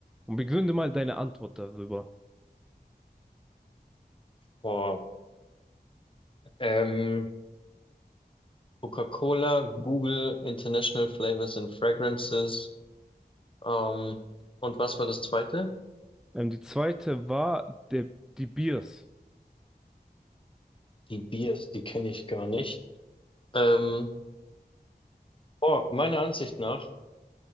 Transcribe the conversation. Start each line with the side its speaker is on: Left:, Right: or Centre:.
Centre: Und begründe mal deine Antwort darüber.
Left: Boah. Ähm, Coca-Cola, Google, International Flavors and Fragrances. Ähm, und was war das zweite?
Centre: Ähm, die zweite war der, die Biers.
Left: Die Biers, die kenne ich gar nicht. Ähm, boah, meiner Ansicht nach